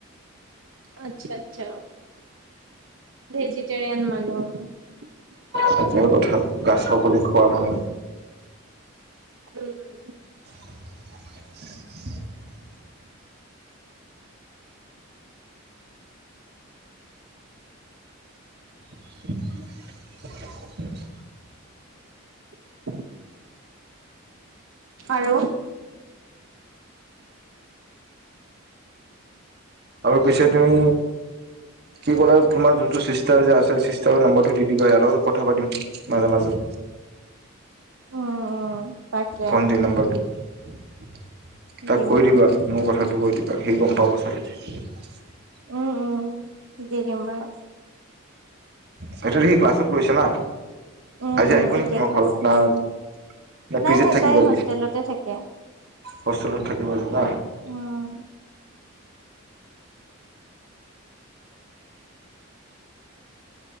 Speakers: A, on the right (about 70°); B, on the right (about 50°).
A: আচ্ছা আচ্ছা। ভেজিটেৰিয়ন মানুহ। অ।
B: হয়। তেওঁ কথা গছ ককলি <unintelligible> খোৱাবা নি?
A: উম।
B: <inaudible> <inaudible>
A: <inaudible> আৰু
B: আৰু পিছে তুমি কি ক'লা, তোমাৰ যোনটো চিষ্টাৰ যে আছে, চিষ্টাৰৰ নম্বৰটো দি দিবা। ইয়াৰ লগত কথা পাতিম মাজে মাজে।
A: উম উম তাকে
B: ভন্তিৰ নম্বৰটো <inaudible> তাক
A: দিম
B: কৈ
A: দিম।
B: দিবা মোৰ কথা। কৈ দিবা সেই গম পাব চাগে। <inaudible>
A: উম উম। দি দিম বাৰু।
B: সেইটো সি ক্লাছত গৈছে না?
A: উম
B: আজি
A: উম
B: আহিব নেকি
A: এতিয়া
B: তোমাৰ
A: ক্লাছত
B: ঘৰত,
A: আছে।
B: না
A: নাই
B: পিজিত
A: নাই
B: থাকিব
A: তাই
B: আজি?
A: হোষ্টেলতে থাকে।
B: হোষ্টেলত থাকিব আজি। <inaudible>
A: উম